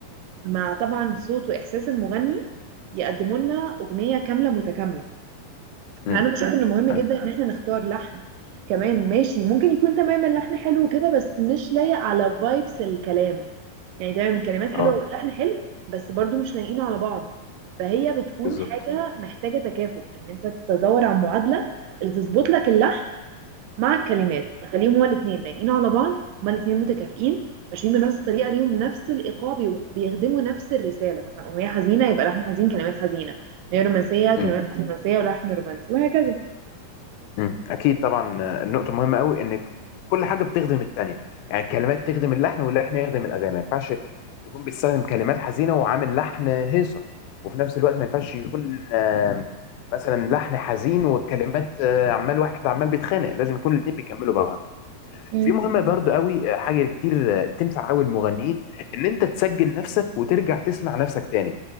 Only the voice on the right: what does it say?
مع طبعا صوت واحساس المغني يقدموا لنا اغنيه كامله متكامله
انا بشوف ان مهم جدا
ان احنا نختار لحن كمان ماشي ممكن يكون تمام اللحن حلو وكده بس مش لايق على فايبس الكلام يعني تمام الكلمات حلوه
واللحن حلو بس برضو مش لايقين على بعض فهي بتكون
حاجه محتاجه تكافؤ ان انت تدور على معادله اللي تظبط لك اللحن مع الكلمات خليهم هما الاثنين لايقين على بعض هما الاثنين متكافئين ماشيين بنفس الطريقه ليهم نفس الايقاع بيو- بيخدموا نفس الرساله مثلا اغنيه حزينه يبقى لحن حزين كلمات حزينه اغنيه رومانسيه كلمات
رومانسيه ولحن رومانسي وهكذا
مم.